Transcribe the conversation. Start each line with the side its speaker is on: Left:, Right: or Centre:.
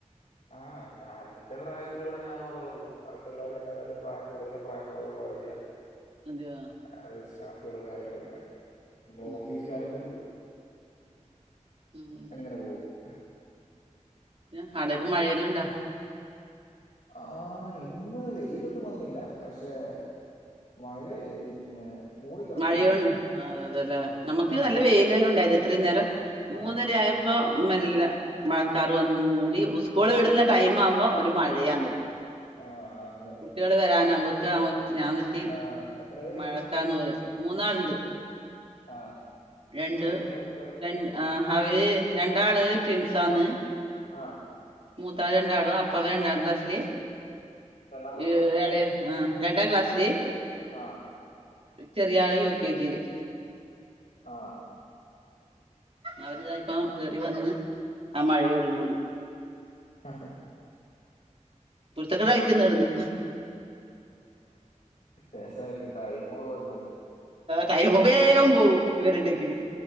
Left: ആഹ് ഞാൻന്റെ പ്രായത്തില ഇവിടെ ഞാൻ മാത്രേ ഉള്ളൂ ബാക്കിയുള്ളവർ എന്നേക്കാലും പ്രായം കൂടുതലും പ്രായ കുറവുള്ളവരൊക്കെയാണ്.
Right: അതയൊ
Left: അത് സ്റ്റാഫുകൾ കാര്യങ്ങളൊക്കെ നമ്മൾ
Right: ഉം
Left: ഓഫീസിലായതുകൊണ്ട്
Right: ഉം ഉം
Left: അങ്ങനെ പോകുന്നു.
Right: പിന്നാ ആടൊക്കെ മഴയെല്ലാം ഉണ്ടാ
Left: ആ ഇന്ന് വെയിലൊന്നും വന്നില്ല പക്ഷെ മഴ പിന്നെ മൂടിക്കിടക്കുന്നുണ്ട്
Right: മഴയുണ്ട് അത അതെല്ലേ നമുക്ക്
Left: ആ
Right: നല്ല വെയിലെല്ലാം ഉണ്ടായത്. ഇത്രയും നേരം മൂന്നരആയ
Left: ആ
Right: പ്പൊ മെല്ലെ മഴക്കാർ വന്നങ്ങ് മൂടി സ്കൂള് വിടുന്ന ടൈം ആകുമ്പൊ ഒരു മഴയാണ് ഇപ്പൊ
Left: ആഹാ അതെ അതെ.
Right: കുട്ടികള് വരാൻ നമ്മുക്ക് ഞാന്നിട്ടി
Left: ആ എത്ര പേരുണ്ട്
Right: മഴക്കാന്ന് പോയെ മൂന്നാളുണ്ട്.
Left: ആഹ്
Right: രണ്ട്
Left: എത്രയൊക്കെയാ പഠിക്കുന്നെ
Right: രണ്ട് ആഹ് അവര് രണ്ടാള് ട്വിൻസാന്ന്.
Left: ആഹ്
Right: മൂത്താള് രണ്ടാളും അപ്പവ് രണ്ടാം ക്ലാസ്സില്
Left: രണ്ടാം ക്ലാസ്സിലോ
Right: ഈ ഇള ആ രണ്ടാ ക്ലാസ്സില്
Left: ആഹ
Right: ചെറിയ ആള് യുകെജില്
Left: ആഹ
Right: അവര്താ ഇപ്പം കേറി വന്ന് ആ മഴയോടും കൂടി
Left: അഹ്
Right: കുരുത്തക്കേട് കളിക്കുന്ന് ഇവിട്ന്ന്
Left: രസായിരിക്കും ടൈം പോവല്ലോ ലെ
Right: ടൈമ് വേഗം പോവും ഇവരുണ്ടെങ്കില്